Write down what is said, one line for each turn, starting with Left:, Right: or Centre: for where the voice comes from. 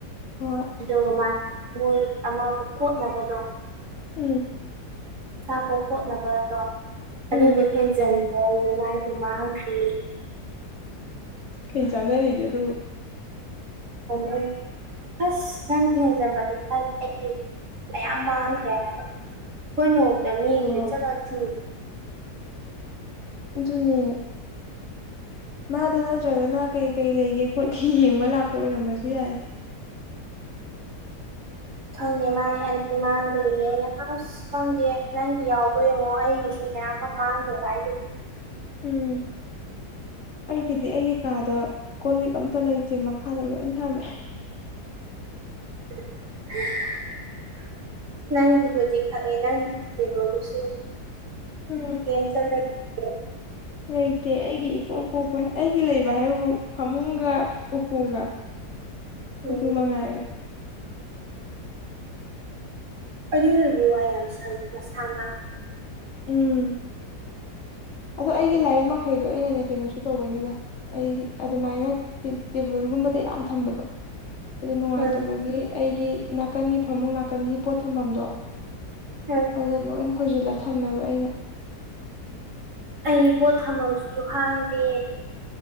Left: ꯍꯣꯏ
Right: ꯑꯗꯨꯒꯥ ꯃꯥꯅ ꯃꯣꯏ ꯑꯃ ꯀꯣꯠꯅꯕꯗꯣ
Left: ꯎꯝ
Right: ꯆꯥꯛꯀ ꯀꯣꯠꯅꯕꯗꯣ ꯑꯗꯨꯗꯣ
Left: ꯎꯝ
Right: ꯍꯦꯟꯖꯟꯕ꯭ꯔꯌꯦ ꯃꯥꯏꯗꯤ ꯃꯥꯡꯈ꯭ꯔꯦ
Left: ꯀꯩ ꯆꯥꯟꯅꯔꯤꯒꯦ ꯑꯗꯨꯕꯨ
Right: <unintelligible> ꯑꯁ ꯅꯪꯒꯤ ꯍꯦꯟꯖꯟꯕꯗꯤ <unintelligible> ꯑꯩꯒꯤ ꯃꯌꯥꯝ ꯃꯥꯡꯈ꯭ꯔꯦ ꯍꯥꯏꯕ ꯑꯩꯈꯣꯏ ꯅꯣꯡꯃꯇꯥ ꯃꯤꯒꯤꯗ
Left: ꯍꯣꯏ
Right: ꯆꯠꯂꯥ ꯊꯤ
Left: ꯑꯗꯨꯨꯅꯦ ꯃꯥꯗꯣ ꯅꯠꯇ꯭ꯔꯒꯅ ꯀꯩ ꯀꯩ ꯂꯩꯒꯦ ꯈꯣꯠꯀꯦ ꯌꯦꯡꯕ ꯂꯥꯛꯄ ꯑꯣꯏꯔꯝꯕꯁꯨ ꯌꯥꯏ
Right: ꯈꯪꯉꯦ ꯃꯥꯏ ꯑꯟꯅꯤ ꯃꯥꯡꯒꯔꯦꯌꯦ ꯑꯩꯅꯥ ꯑꯁ ꯑꯁ ꯈꯪꯗꯦ ꯅꯪꯒꯤ ꯌꯥꯎꯕꯔ ꯌꯦꯡꯉꯣ ꯑꯩꯒꯤꯁꯨ ꯃꯌꯥꯝ ꯑꯃ ꯃꯥꯡꯒꯔꯦ ꯍꯥꯏꯒꯤ
Left: ꯎꯝ ꯑꯩꯒꯤꯗꯤ ꯑꯩꯒꯤ ꯀꯥꯗ ꯀꯣꯜꯂꯤꯛ ꯑꯝꯇ ꯂꯩꯇꯦ ꯃꯈꯥꯗ ꯂꯣꯏ ꯊꯝꯃꯦ <inaudible>
Right: <inaudible> ꯅꯪꯒꯤꯕꯨꯗꯤ ꯈꯪꯉꯦ ꯅꯪꯒꯤ ꯇꯦꯕꯜꯗꯨꯁꯨ
Left: ꯎꯝ
Right: ꯌꯥꯝ ꯇꯜꯂꯥ <unintelligible>
Left: ꯂꯩꯇꯦ ꯑꯩꯒꯤ ꯏꯀꯣꯛ ꯀꯣꯛꯄꯦꯍꯦ ꯑꯩꯒꯤ ꯂꯩꯕ ꯍꯥꯏꯕꯕꯨ ꯐꯃꯨꯡꯒ ꯎꯄꯨꯒ
Right: ꯎꯝ
Left: ꯑꯗꯨ ꯃꯉꯥꯏꯔꯦ
Right: ꯑꯗꯨꯅꯗꯤ ꯋꯥꯏ ꯌꯥꯝ ꯁꯪꯉꯤ ꯅꯥꯁꯅꯥꯟ
Left: ꯎꯝ ꯑꯗꯣ ꯑꯩꯒꯤ ꯂꯥꯏꯔꯤꯛ ꯃꯈꯩꯗꯣ ꯑꯩꯅꯅꯦ ꯀꯩꯅꯣꯁꯨ ꯇꯧꯕꯩꯅꯤꯗ ꯑꯩꯗꯤ ꯑꯗꯨꯃꯥꯏꯅ ꯇꯦꯕꯜꯒꯨꯝꯕꯗ ꯌꯥꯝ ꯊꯝꯕꯗꯣ ꯑꯩꯗꯣ ꯅꯨꯡꯉꯥꯏꯇꯕꯒꯤ
Right: ꯎꯝ
Left: ꯑꯩꯒꯤ ꯅꯥꯀꯟꯒꯤ ꯐꯃꯨꯡ ꯅꯥꯀꯟꯒꯤ ꯄꯣꯠ ꯊꯝꯐꯝꯗꯣ
Right: ꯎꯝ
Left: ꯑꯗꯨꯗ ꯂꯣꯏ ꯍꯣꯏꯖꯤꯜꯂ ꯊꯝꯃꯦꯕ ꯑꯩꯅ
Right: ꯑꯩꯒꯤ ꯄꯣꯠ ꯊꯝꯃꯝꯁꯤꯁꯨ ꯍꯥꯡꯗꯦ